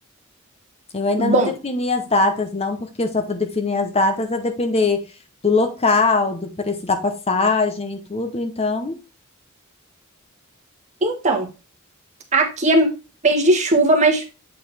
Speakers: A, on the left; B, on the right.
A: Eu ainda
B: Bom,
A: não defini as datas, não, porque eu só vou definir as datas a depender do local, do preço da passagem e tudo, então.
B: então, aqui é mês de chuva, mas